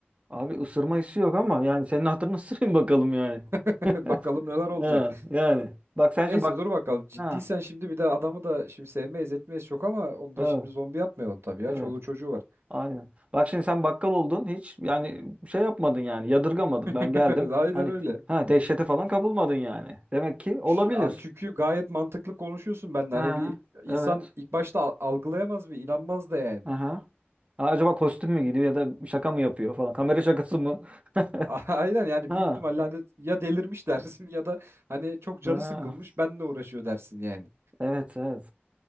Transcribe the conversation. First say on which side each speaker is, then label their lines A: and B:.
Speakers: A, on the right (about 30°); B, on the right (about 80°).
A: Abi ısırma hissi yok ama yani senin hatırını <laughs> ısırayım bakalım yani.
B: <laughs>
A: <laughs>
B: Bakalım neler olacak.
A: Ha, yani. Bak sen
B: Neyse
A: şimdi bak.
B: dur bakalım. Ciddiysen
A: Ha,
B: şimdi bir de adamı da şimdi sevmeyiz etmeyiz çok ama onu da
A: evet,
B: şimdi zombi yapmayalım tabii ya.
A: evet.
B: Çoluğu çocuğu var.
A: Aynen. Bak şimdi sen bakkal oldun hiç yani şey yapmadın yani yadırgamadın. Ben
B: <laughs>
A: geldim.
B: Aynen
A: Hani
B: öyle.
A: ha dehşete falan kapılmadın yani. Demek ki olabilir.
B: Ş- Abi çünkü gayet mantıklı konuşuyorsun benden.
A: Ha,
B: Hani bir insan
A: evet.
B: ilk başta al- algılayamaz bir inanmaz da yani.
A: Aha. Ha, acaba kostüm mü giydi ya da şaka mı yapıyor falan. Kamera şakası mı? <laughs>
B: A- <laughs> Aynen yani
A: Ha,
B: büyük ihtimalle hani ya delirmiş <laughs> dersin ya da hani çok canı
A: ha.
B: sıkılmış benle uğraşıyor dersin yani.
A: Evet, evet.